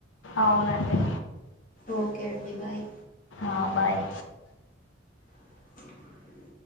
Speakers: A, on the left (about 80°); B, on the left (about 45°).
A: అవునండి.
B: ఓకే అండి, బాయ్.
A: ఆ బాయ్.
B: <inaudible>